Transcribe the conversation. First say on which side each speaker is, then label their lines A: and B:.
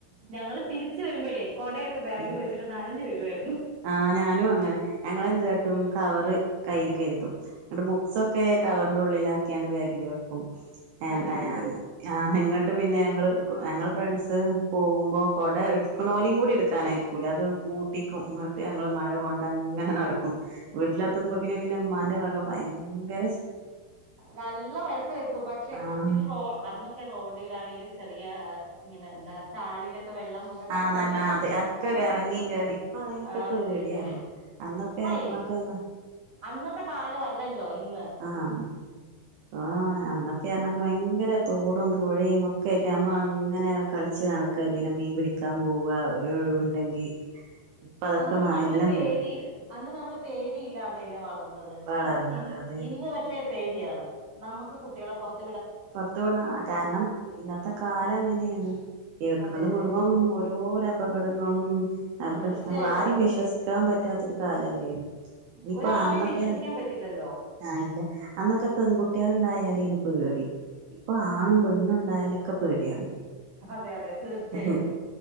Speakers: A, on the right; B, on the right.
A: ഞങ്ങള് തിരിച്ച് വരുമ്പഴേ കൊടയൊക്കെ ബാഗില്
B: ഉം
A: വെച്ചിട്ട് നനഞ്ഞ് വെരുവായിരുന്നു.
B: ആഹ് ഞാനും അങ്ങനെ ഞങ്ങളെന്താട്ടും കവറ് കയ്യിൽ കരുതും ന്നെട്ട് ബുക്സൊക്കെ കവർന്റെ ഉള്ളിലാക്കിയാഇണ്ട് ബാഗിൽ വെക്കും. ഏന്ന
A: നനയാണ്ട്
B: ഞാൻ. ആഹ് നിങ്ങെട്ട് പിന്നെ ഞങ്ങള് ഞങ്ങള് ഫ്രണ്ട്സ് പോവുമ്പോ കൊട എട് ക്ണോലിം കൂടി എടുക്കാനയക്കൂല അത് പൂട്ടിക്കും. ട്ട് ഞങ്ങൾ മഴ കൊണ്ടങ്ങനെ നടക്കും വീട്ടിലെത്തുമ്പോക്കിന് പിന്നെ മ്മാന്റെ വക ഭയങ്കെ
A: നല്ല വഴക്ക് കേക്കും പക്ഷെ
B: ആഹ്
A: ഇന്ന് റേ അന്ന് ത്തെ റോഡിലാണെങ്കിലും ചെറിയാ ഇങ്ങനെ ന്താ ചാലിലെക്കെ വെള്ളം പെന്തി.
B: ആഹ് നല്ലാ അത് അക്കെ എറങ്ങിം കേറിം പ്പൊ അതിനൊക്കെ
A: ആ
B: പേടിയാണ്.
A: അതെ അതെ
B: അന്നെക്കെ
A: അയേ
B: നമ്മളൊക്കെന്നാ
A: അന്നത്തെ കാലവല്ലല്ലോ ഇന്ന്
B: ആഹ് <unintelligible> ക്കെ പറ്ഞ്ഞാല് ഭയങ്കര തോടും പുഴയും ഒക്കെ ആയിട്ട് നമ്മളങ്ങനെ കളിച്ച് നടക്കല്ലയ്ന്നേ മീൻ പിടി ക്കാൻ പോവാ ഒര് ഒഴിവുണ്ടെങ്കി ഇപ്പ അതൊക്കെ
A: അന്ന് നമ്മള്
B: എല്ലാം
A: പേടി അന്ന് നമ്മള് പേടിയില്ലാതെല്ലേ വളർ ന്നത്
B: വളർന്നത്
A: ഇ
B: അത്
A: ഇന്ന് പക്ഷേ പേടിയാണ് നമുക്ക് കുട്ടിയാളെ പെർത്
B: പെർത്ത് പേണ കാരണം ഇന്നത്തെ കാലം അങ്ങനെണ് കേൾക്കണത്
A: അതെ അതെ
B: മുഴുവൻ ഓരോര അപകടങ്ങളും ആ
A: തീർച്ചയായിട്ടും
B: പ്രശ്നങ്ങളും ആരിം വിശ്വസിക്കാൻ പറ്റാത്തൊരു കാലല്ലേ ഇനിയിപ്പ
A: ഒരാളെ
B: അന്നൊക്കെ
A: വിശ്വസിക്കാൻ പറ്റില്ലല്ലോ
B: ആഹ് ഇല്ല അന്നൊക്കെ പെൺകുട്ടിയാൾ ഇണ്ടായാലേനി പേടി ഇപ്പൊ ആണും പെണ്ണും ഇണ്ടായലൊക്കെ പേടിയാണ്
A: അതെ അതെ തീർച്ചയായിട്ടും
B: ഉം